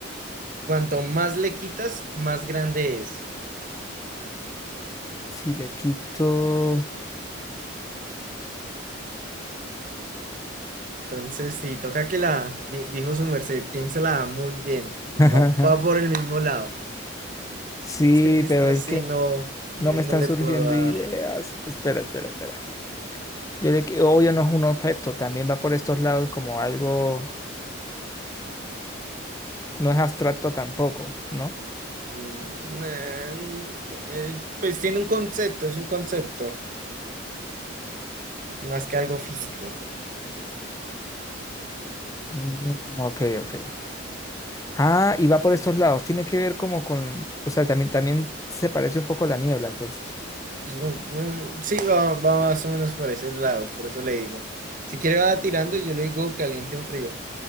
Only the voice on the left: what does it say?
si le quito.
<laughs>
Sí,
pero es que
no me
están
surgiendo
ideas. Espera, espera, espera. Yo le qui- obvio no es un objeto, también va por estos lados como algo, no es abstracto tampoco, ¿no?
Mm, Ok, ok. Ah, y va por estos lados. Tiene que ver como con, o sea, también, también se parece un poco a la niebla, entonces.